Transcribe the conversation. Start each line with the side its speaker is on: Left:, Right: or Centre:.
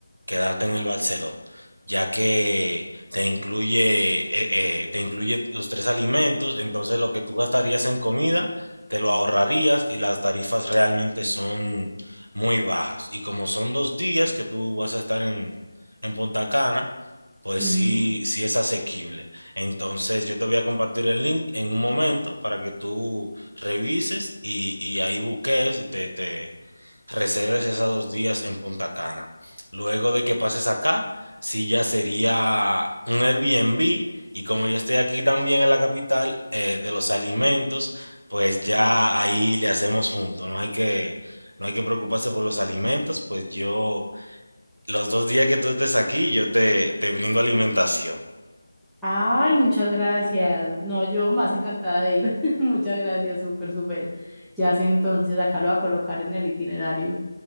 Right: quedarte en el Barceló, ya que te incluye, eh, eh, te incluye los tres alimentos, entonces lo que tú gastarías en comida, te lo ahorrarías y las tarifas realmente son muy bajas. Y como son dos días que tú vas a estar en, en Punta Cana, pues
Centre: Ujú.
Right: sí, sí es asequible. Entonces yo te voy a compartir el link en un momento para que tú revises y, y ahí busques y te, te- reserves esos dos días en Punta Cana. Luego de que pases acá, sí ya sería un Airbnb y como yo estoy aquí también en la capital eh, de los alimentos, pues ya ahí le hacemos junto, no hay que, no hay que preocuparse por los alimentos, pues yo, los dos días que tú estés aquí, yo te, te brindo alimentación,
Centre: Ay, muchas gracias. No, yo más encantada de ir. <laughs> Muchas gracias, súper, súper. Ya sé entonces, acá lo voy a colocar en el itinerario.